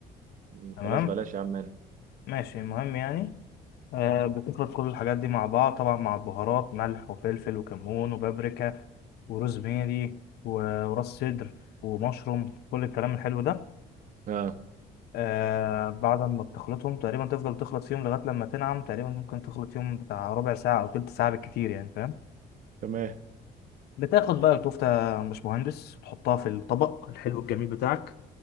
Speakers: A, on the right; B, on the left.
A: م، خلاص
B: تمام
A: بلاش يا عم
B: ماشي المهم يعني آه بتخلط كل الحاجات دي مع بعض طبعا مع البهارات ملح وفلفل وكمون وبابريكا وروزميري و- وراس صدر ومشروم كل الكلام الحلو ده
A: اه
B: آه بعد ما بتخلطهم تقريبا تفضل تخلط فيهم لغاية لما تنعم تقريبا ممكن تخلط فيهم بتاع ربع ساعة أو تلت ساعة بالكتير يعني فاهم
A: تمام
B: بتاخد بقى الكفتة يا باشمهندس تحطها في الطبق الحلو الجميل بتاعك